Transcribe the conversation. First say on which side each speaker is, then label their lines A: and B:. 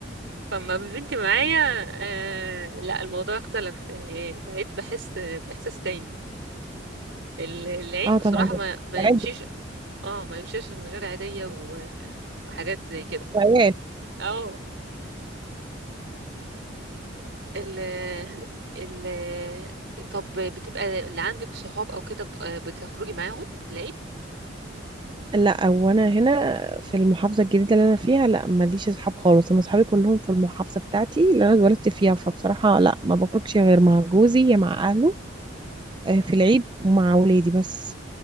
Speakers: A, on the right; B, on the right.
A: فما بنتي معايا آه لا الموضوع اختلف يعني بقيت بحس باحساس تاني ال- العيد
B: اه
A: بصراحه
B: طبعا
A: ما ما
B: العيد
A: يمشيش اه ما يمشيش من غير عيديه وحاجات زي كده
B: عيال
A: اه ال ال طب بتبقى اللي عندك صحاب او كده بت- آه، بتخرجي معاهم تلاقي
B: لا وانا هنا في المحافظه الجديده اللي انا فيها لا ماليش اصحاب خالص انا اصحابي كلهم في المحافظه بتاعتي اللي انا اتولدت فيها فبصراحه لا ما بخرجش غير مع جوزي يا مع اهله آه، في العيد ومع ولادي بس